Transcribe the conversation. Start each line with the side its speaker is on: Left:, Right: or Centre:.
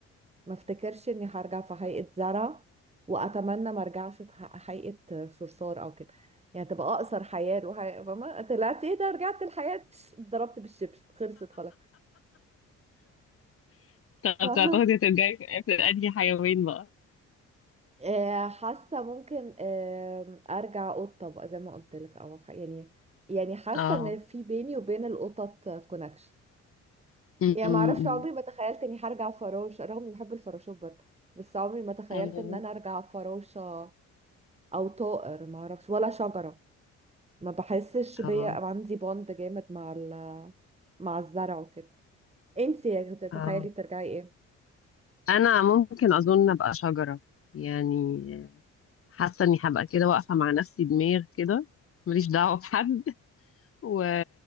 Right: ما افتكرش اني هرجع في هيئه زرع واتمنى ما ارجعش في ح- هيئه صرصار او كده يعني تبقى اقصر حياه الوحي... فما طلعت ايه ده رجعت الحياه ضربت بالشبشب خلصت خلاص
Left: طب
Right: ف... <laughs>
Left: تعتقدي هترجعي في في انهي حيوان بقى
Right: آه، حاسه ممكن آه، ارجع قطه بقى زي ما قلت لك او خ- يعني يعني حاسه
Left: اه
Right: ان في بيني وبين القطط كونكشن
Left: م-
Right: يعني
Left: م-
Right: ما اعرفش عمري ما تخيلت اني هرجع فراشه رغم اني بحب الفراشات برضه بس عمري ما تخيلت
Left: اه م.
Right: ان انا ارجع فراشه او طائر ما اعرفش ولا شجره ما بحسش بيا
Left: اه اه
Right: عندي بوند جامد مع ال مع الزرع وكده انتي تتخيلي
Left: اه
Right: ترجعي ايه
Left: انا ممكن اظن ابقى شجرة يعني حاسة اني هبقى كده واقفة مع نفسي دماغ كده ماليش دعوة بحد و...